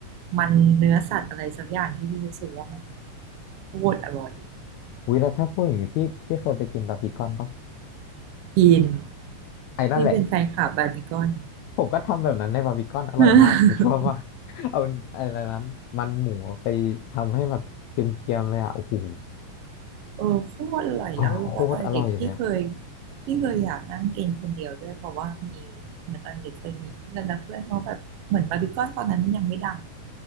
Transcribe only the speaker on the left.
อุ้ยแล้วถ้าพูดอย่างนี้พี่พี่เคยไปกินบาร์บีคอนปะ
ไอ้นั่นแหละ
ผมก็ทำแบบนั้นในบาร์บีคอนอร่อยมากผมชอบมาก
<laughs> เอาอะไรนะมันหมูไปทำให้แบบเกรียมๆเลยอ่ะโอ้โห
อ๋อโคตรอร่อยเลยอ่ะ